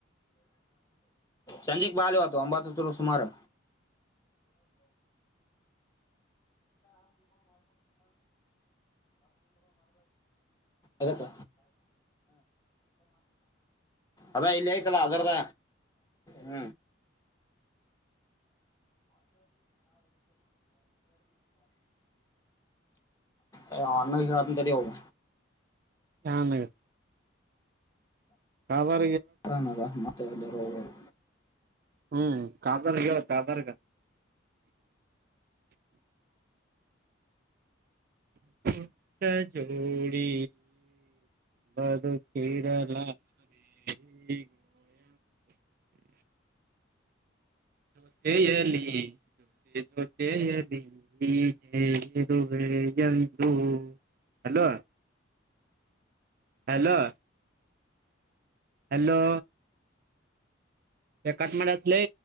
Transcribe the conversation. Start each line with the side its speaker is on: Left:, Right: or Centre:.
Left: ಸಂಜೆಕ್ ಬಾಲೇ ಒಂದ ಒಂಭತ ಅತ್ರು ಸುಮಾರು ಅದಕ್ಕ ಅದಾ ಇಲ್ಲೇ ಐತಲ್ಲ. ಗರದ ಹ್ಮ ಎ ಅಣ್ಣಾಗ್ ಹೇಳ್ತೀನಿ ತಡೀ ಅವು.
Right: ಹಾ ಮೇಡ ಕಾದ
Left: ಆರಮದಾ ಮತ್ತೆ ಎಲ್ಲಿರೋ ಹೋಗ್
Right: ಹ್ಮ್ ಕಾತಾರಗೆ ಕಾತಾರಗ. ಪುಟ್ಟ ಜೋಡಿ ಬದುಕಿರಲಾರಿ ಗೋಯ. ಜೋತೆಯಲಿ ಜೊತೆ ಜೊತೆಯಲಿ ಹೀಗೆ ಇರುವೆ ಎಂದು ಹಲೋ ಹಲೋ ಹಲೋ ಎ ಕಟ ಮಾಡತ್ಲೇ.